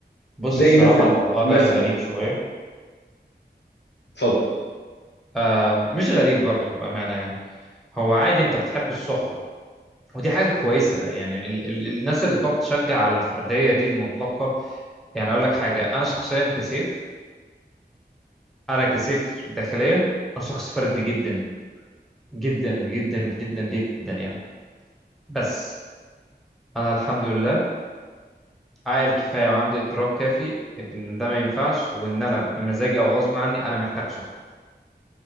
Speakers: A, in the centre; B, on the left.
A: بص
B: زي
A: الصراحة
B: مثلا
A: الموضوع
B: مثلا
A: ده غريب شوية
B: اتفضل
A: آم، مش غريب برضه بأمانة يعني هو عادي أنت بتحب الصحبة ودي حاجة كويسة يعني ال ال الناس اللي بتقعد تشجع على الفردية دي المطلقة يعني أقول لك حاجة أنا شخصيا كسيف أنا كسيف داخليا أنا شخص فردي جدا جدا جدا جدا جدا يعني بس أنا الحمد لله عاقل كفايه وعندي ادراك كافي ان ده ما ينفعش وان انا بمزاجي او غصب عني انا محتاج صحبه